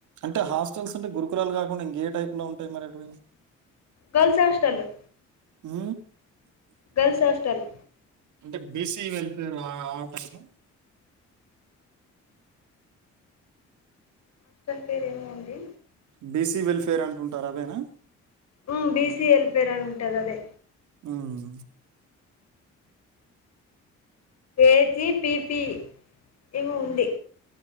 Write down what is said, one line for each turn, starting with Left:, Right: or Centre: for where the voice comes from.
Right: అంటే హాస్టల్స్ అంటే గురుకులాలు కాకుండా ఇంకే టైప్ లో ఉంటాయి మరి అటు వైపు
Left: గర్ల్స్ హాస్టలు
Right: ఉ
Left: గర్ల్స్ హాస్టల్
Right: అంటే బీసీ వెల్ఫేర్ ఆ ఆ టైప్ ఆ
Left: హాస్టల్ పేరు ఏమో ఉంది
Right: బీసీ వెల్ఫేర్ అంటుంటారు అదేనా
Left: ఉమ్ బీసీ వెల్ఫేర్ అని ఉంటుది అదే
Right: ఉమ్
Left: ఏజీ పిపి ఏమో ఉంది.